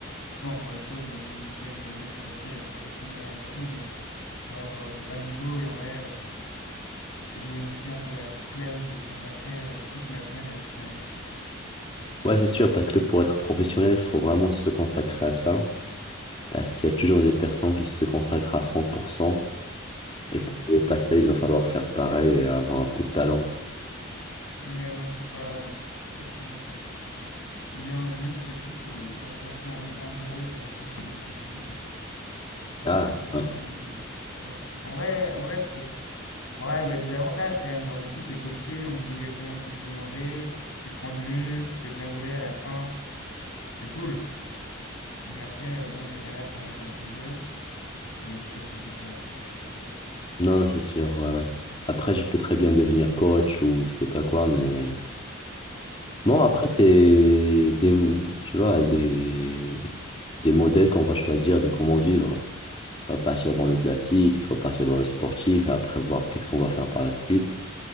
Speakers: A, on the left; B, on the left.
A: Non, enfin, des fois, je m'amusais vite fait à m'imaginer ce que ça ferait d'être professionnel en natation, mais genre, genre, j'ai pas le niveau et en vrai. euh, j'ai aussi un peu la flemme de consacrer euh, toute ma semaine à juste nager, quoi.
B: Ouais, c'est sûr, parce que pour être professionnel, il faut vraiment se consacrer à ça. Parce qu'il y a toujours des personnes qui se consacrent à 100%. Et
A: Hmm.
B: pour les passer, il va falloir faire pareil et avoir un peu de talent.
A: Ouais, non, c'est pas... Non, pas trop mon truc. J'aime bien, j'aime bien plus des trucs où, genre, t'es assis à un, ru- un bureau et tu réfléchis, entre guillemets. Euh,
B: Ah, ouais.
A: puis, ouais. En vrai, en vrai, ça... s- Ouais, il y a des avantages quand même. Genre, du coup, t'es coaché, on te dit exactement ce qu'il faut manger, tu prends du muscle, t'es bien gaulé à la fin. C'est cool. Mais après, euh, bon, ta carrière s'arrête un peu jeune et je sais pas ce que tu fais après.
B: Non, non, c'est sûr, ouais, ouais. Après, je peux très bien devenir coach ou je sais pas quoi, mais... Bon,
A: Hmm.
B: après, c'est des, tu vois, des, des modèles qu'on va choisir de comment vivre. Soit partir dans le classique, soit partir dans le sportif, et après voir qu'est-ce qu'on va faire par la suite.